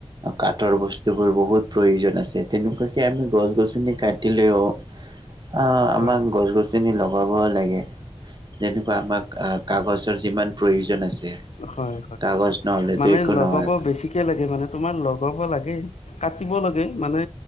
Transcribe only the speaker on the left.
হয়
হয় হয়
মানে
লগাব
বেছিকে লাগে মানে তোমাৰ লগ লগাব লাগে কাটিব লাগে মানে